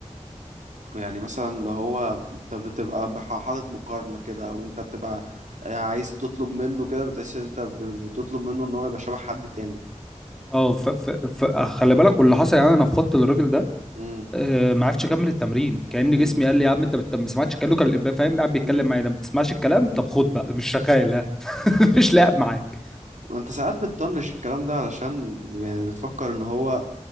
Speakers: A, on the right (about 80°); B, in the centre.
A: يعني مثلا اللي هو انت بتبقى بح- حاطط مقارنه كده او انت بتبقى عايز تطلب منه كده بتحس ان انت ب- بتطلب منه ان هو يبقى شبه حد تاني
B: اه ف... ف... ف... خلي بالك واللي حصل يعني انا نفضت الراجل ده
A: امم
B: آه ما عرفتش اكمل التمرين كأن
A: امم
B: جسمي قال لي يا عم انت بت... ما سمعتش كلامه كان الابا فاهم قاعد بيتكلم
A: امم
B: معايا ما بتسمعش الكلام طب خد
A: امم
B: بقى مش شغال ها <laughs> مش لاعب معاك
A: وانت ساعات بتطنش الكلام ده علشان يعني بتفكر ان هو